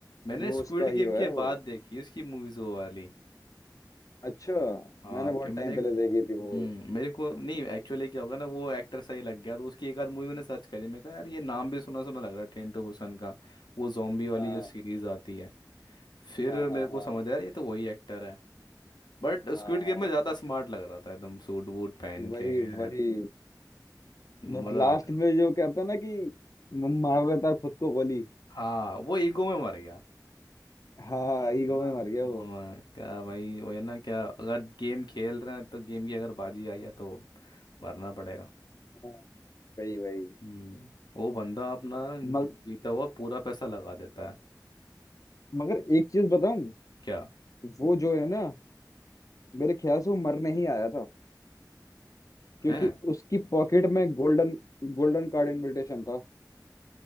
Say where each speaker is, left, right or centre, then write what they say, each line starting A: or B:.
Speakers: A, on the left (about 85°); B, on the left (about 50°).
A: मैंने
B: वो
A: स्क्विड
B: उसका हीरो
A: गेम
B: है
A: के
B: वो
A: बाद देखी उसकी मूवीज वो वाली
B: अच्छा
A: हाँ
B: मैंने बहुत
A: क्या मैंने
B: टाइम पहले देखी
A: हम्म
B: थी वो
A: मेरे को नहीं एक्चुअली क्या होगा ना वो एक्टर सही लग गया तो उसकी एक आध मूवी मैंने सर्च करी मैं कहा यार ये नाम भी सुना सुना लग रहा है ट्रेन टू बुसान का वो जॉम्बी वाली
B: हाँ
A: जो सीरीज आती है फिर
B: हाँ
A: मेरे
B: हाँ
A: को
B: हाँ
A: समझ आया यार ये तो वही एक्टर है बट
B: हाँ
A: स्क्विड गेम में ज़्यादा स्मार्ट लग रहा था एकदम सूट वूट पहन के
B: वही
A: हम्म,
B: वही बस
A: मज़ा
B: लास्ट
A: आ गया
B: में जो कहता है ना कि मार लेता है खुद को गोली
A: हाँ वो ईगो में मर गया
B: हाँ ईगो
A: है ना
B: में मर गया
A: ईगो
B: वो
A: में क्या भाई वो है ना क्या अगर गेम खेल रहे हैं तो गेम की अगर बाजी आई है तो भरना पड़ेगा
B: हाँ, वही वही
A: हम्म वो बंदा अपना ज-
B: मग,
A: जीता हुआ पूरा पैसा लगा देता है
B: मगर एक चीज बताऊं
A: क्या
B: वो जो है ना मेरे ख्याल से वो मर नहीं आया था क्योंकि
A: है
B: उसकी पॉकेट में गोल्डन गोल्डन कार्ड इनविटेशन था